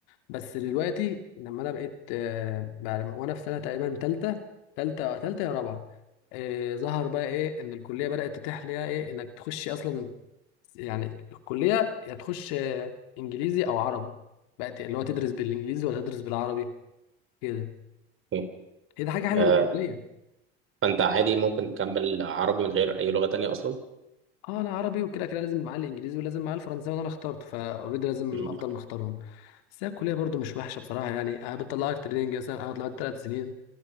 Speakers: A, on the left; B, on the right.
A: بس دلوقتي لما انا بقيت آه، بعد ما- وانا في سنه تقريبا ثالثه ثالثه ثالثه يا رابعه آه، ظهر بقى ايه ان الكليه بدات تتيح ليها ايه انك تخش اصلا يعني الكلية يا تخش آه، إنجليزي أو عربي بقت اللي هو تدرس بالإنجليزي ولا تدرس بالعربي كده
B: أوكي.
A: هي دي حاجة حلوة
B: آه،
A: للكلية
B: فانت عادي ممكن تكمل عربي من غير اي لغة تانية اصلا؟
A: اه انا عربي وكده كده لازم معاه الانجليزي ولازم معاه الفرنساوي وانا اخترته فاوريدي لازم
B: مم.
A: افضل مختارهم بس هي الكليه برضو مش وحشه بصراحه يعني انا بتطلعك تريننج مثلا انا طلعت ثلاث سنين